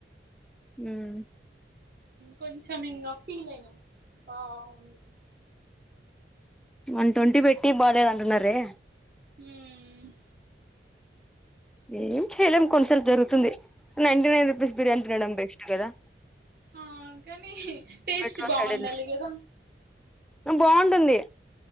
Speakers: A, in the centre; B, on the right.
A: ఉమ్
B: కొంచెం ఇంకా ఫీల్ అయినాం బాగుంది
A: వన్ ట్వంటీ పెట్టి బాలేదంటున్నారే
B: మ్
A: ఏం చేయలేం కొన్నిసార్లు జరుగుతుంది నైన్టీ నైన్ రూపీస్ బిర్యానీ తినడం బెస్టు కదా
B: ఆ కానీ టేస్ట్
A: మెట్రో
B: బాగుండాలి
A: సైడ్ వెళ్ళి
B: కదా
A: బాగుంటుంది